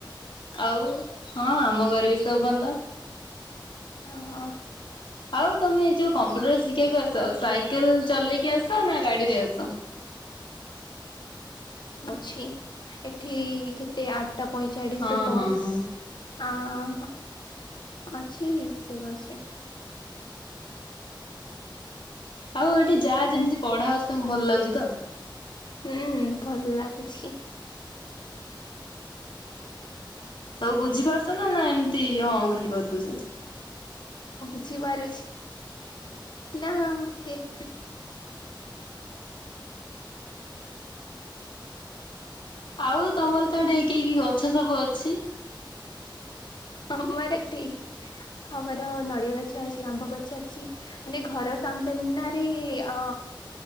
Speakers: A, on the left; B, on the left.
A: ଆଉ ହଁ ଆମ ଘରେ ବି ସବୁ ଭଲ।
B: ଓ ହୋ।
A: ଆଉ ତୋମେ ଯୋଉ କମ୍ପ୍ୟୁଟର ଶିଖିବାକୁ ଆସ ସାଇକେଲ ଚଲେଇକି ଆସ ନା ଗାଡି ରେ ଆସ?
B: ଅଛି ଏଠି କେତେ ଆ ଟା ପଇଁଚାଡିଶ
A: ହଁ
B: ରେ ବସ୍
A: ହଁ ହଁ
B: ଅଁ, ହଁ ଅଛି ସେ ବସ୍ ରେ।
A: ଆଉ ଏଠି ଯା
B: ହୁଁ।
A: ଯେମତି ପଢାଉ ତୋମ ଭଲ ଲାଗୁଛି ତ?
B: ହୁଁ ଭଲ ଲାଗୁଛି।
A: ସବୁ ବୁଝିପାରୁଚ ନା ନା ଏମତି ହଁ ଖାଲି କରିଦଉଚ।
B: ବୁଝିବାରୁଛି ନା ଫିର
A: ଆଉ ତୋମର ସିଆଡେ କି କି ଗଛ ସବୁ ଅଛି?
B: ଆମର ଏଠି ଆମର ନଡିଆ ଗଛ ଅଛି, ଆମ୍ବ ଗଛ ଅଛି ମାନେ ଘର ସାମଦନାରେ ଅ,